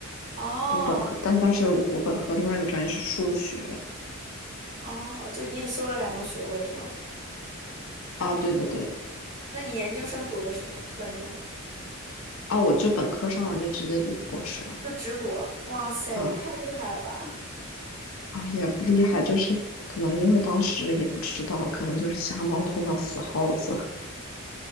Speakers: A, on the right; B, on the left.
A: 哦
B: 我本科，但但是我本科另外一个专业是数学
A: 哦，就你也修了两个学位是吗？
B: 啊，对的对的
A: 那你研究生读的什么专业？
B: 啊，我就本科上完就直接读博士了，
A: 就直博，哇塞，
B: 嗯
A: 太厉害了吧！
B: 啊，也不厉害，就是可能因为当时也不知道，可能就是瞎猫碰到死耗子。